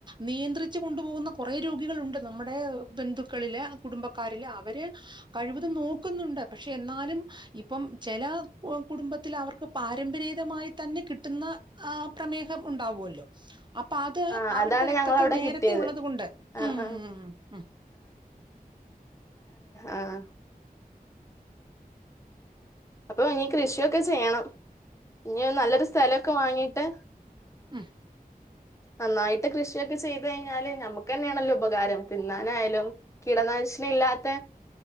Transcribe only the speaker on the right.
നിയന്ത്രിച്ചുകൊണ്ടുപോകുന്ന കൊറേ രോഗികളുണ്ട് നമ്മടെ ബന്ധുക്കളില് കുടുംബക്കാരില് അവര് കഴിവതും നോക് ക്കുന്നുണ്ട് പക്ഷെ എന്നാലും ഇപ്പം ചെല കുടുംബത്തിലവർക്കു പാരമ്പരീതമായി തന്നെ കിട്ടുന്ന ആ പ്രമേഹം ഉണ്ടാകുവല്ലോ. അപ്പ അത്
അവരുടെ
രക്തത്തിൽ
നേരത്തെയുള്ളതുകൊണ്ട്.
ഉം
ഉം
ഉം